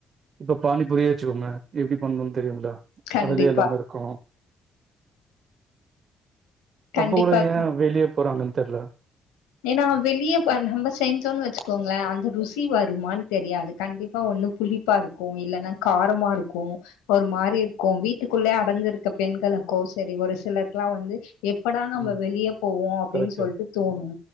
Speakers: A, on the right; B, on the left.
A: இப்ப பானி பூரியே வச்சுக்கோங்க எப்டி பண்ணணுன் தெரியுல்ல
B: கண்டிப்பா.
A: பதிலே இல்லாம இருக்கோ
B: கண்டிப்பா.
A: அப்ப கூட ஏ வெளிய போறாங்கன் தெரில
B: ஏனா வெளியப்ப நம்ம செஞ்சோன் வச்சிக்கோங்ளே அந்த ருசி வருமான் தெரியாது கண்டிப் பா ஒண்ணு புளிப்பா இருக்கு இல்லனா காரமா இருக்கு ஒரு மாரி இருக்கு வீட்டுக்குள்ளயே அடைஞ்சிருக்க பெண்களுக்கோ சரி ஒரு சிலர்க்லா வந்து எப்பொடா நம்ம
A: ம்
B: வெளிய போவோ அப்டின்
A: கரெக்ட்டு
B: சொல்ட்டு தோணூ